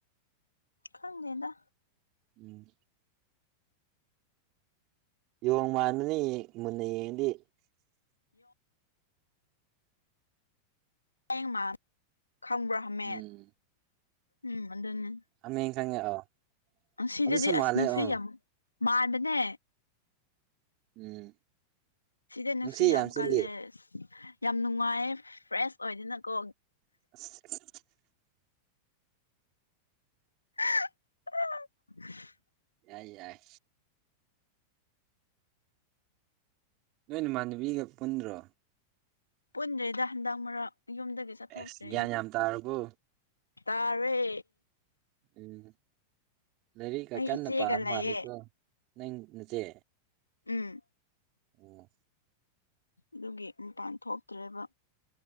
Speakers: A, on the left (about 80°); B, on the right (about 40°).
A: ꯈꯪꯗꯦꯗ
B: ꯎꯝ꯫ ꯌꯣꯡ ꯃꯥꯟꯕꯅꯦ ꯃꯨꯟꯅ ꯌꯦꯡꯉꯗꯤ
A: ꯍꯃꯦꯡ ꯃꯥ <unintelligible> ꯈꯪꯕ꯭ꯔꯥ ꯍꯥꯃꯦꯡ
B: ꯎꯝ
A: ꯎꯝ ꯑꯗꯨꯅꯤ꯫
B: ꯍꯥꯃꯦꯡ ꯈꯪꯉꯦ ꯑꯣ
A: ꯁꯤꯗꯗꯤ
B: ꯑꯗꯨꯁꯨ ꯃꯥꯜꯂꯦ
A: ꯑꯁ ꯅꯨꯡꯁꯤ
B: ꯑꯣ
A: ꯑꯃꯨꯛ ꯃꯥꯟꯕꯅꯦ
B: ꯎꯝ
A: ꯁꯤꯗ ꯅꯨꯡꯁꯤꯠ
B: ꯅꯨꯡꯁꯤ
A: ꯌꯥꯝ
B: ꯁꯤꯠꯂꯤ
A: ꯀꯜꯂꯦ ꯌꯥꯝ ꯅꯨꯡꯉꯥꯏ ꯐ꯭ꯔꯦꯁ ꯑꯣꯏꯗꯅꯀꯣ
B: <unintelligible>
A: <unintelligible>
B: ꯌꯥꯏ ꯌꯥꯏ ꯅꯣꯏ ꯏꯃꯥꯟꯅꯕꯤꯒ ꯄꯨꯟꯗ꯭ꯔꯣ
A: ꯄꯨꯟꯗ꯭ꯔꯦꯗ ꯍꯟꯗꯛ ꯃꯔꯛ ꯌꯨꯝꯗꯒꯤ ꯆꯠꯊꯣꯛꯇ꯭ꯔꯦꯅ
B: ꯑꯁ ꯒ꯭ꯌꯥꯟ ꯌꯥꯝ ꯇꯥꯔꯕꯣ
A: ꯇꯥꯔꯦ
B: ꯎꯝ ꯂꯥꯏꯔꯤꯛꯒ
A: ꯑꯩ
B: ꯀꯟꯅ
A: ꯏꯆꯦꯒ
B: ꯄꯥꯕ
A: ꯂꯩꯌꯦ
B: ꯃꯥꯜꯂꯤꯀꯣ ꯅꯪ ꯅꯆꯦ
A: ꯎꯝ
B: ꯑꯣ
A: ꯑꯗꯨꯒꯤ ꯃꯄꯥꯟ ꯊꯣꯛꯇ꯭ꯔꯦꯕ